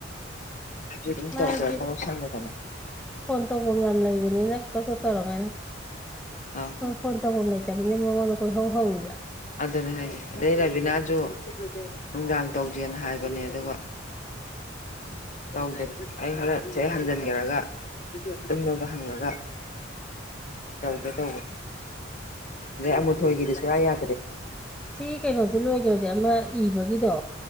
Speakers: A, on the left; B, in the centre.
A: ꯑꯩꯖꯨ ꯑꯗꯨꯝ
B: ꯃꯥꯗꯤ
A: ꯇꯧꯖꯗꯧ ꯈꯪꯗꯗꯅ
B: ꯐꯣꯟ ꯇꯧꯕꯝ ꯌꯥꯝ ꯂꯩꯕꯅꯤꯅ ꯄꯪꯇꯧꯗ ꯇꯧꯔꯝꯒꯅꯤ
A: ꯑꯥ
B: ꯈꯣꯏ ꯐꯣꯟ ꯇꯧꯕꯝ ꯂꯩꯇꯝꯅꯤꯅ ꯃꯉꯣꯟꯗ ꯀꯣꯏꯍꯧ ꯍꯧꯔꯤꯕ
A: ꯑꯗꯨꯅ ꯍꯥꯏꯖꯦ ꯑꯗꯩ ꯔꯕꯤꯅꯥꯖꯨ ꯅꯨꯡꯗꯥꯡ ꯇꯧꯖꯦꯅ ꯍꯥꯏꯕꯅꯦ ꯑꯗꯨꯒ ꯇꯧꯗꯔꯦ ꯑꯩ ꯍꯣꯔꯦꯟ ꯁꯤꯗꯩ ꯍꯟꯖꯟꯒ꯭ꯔꯒ ꯇꯨꯝꯃꯕꯥ ꯍꯪꯉꯒ ꯇꯧꯒꯦ ꯇꯧꯕꯅꯦ ꯑꯗꯩ ꯑꯃꯨꯊꯣꯏꯒꯤꯗꯤ ꯁꯨꯡꯌꯥ ꯌꯥ
B: ꯁꯤ ꯀꯩꯅꯣꯖꯤ ꯂꯣꯏꯒ꯭ꯔꯗꯤ ꯑꯃ ꯏꯕꯒꯤꯗꯣ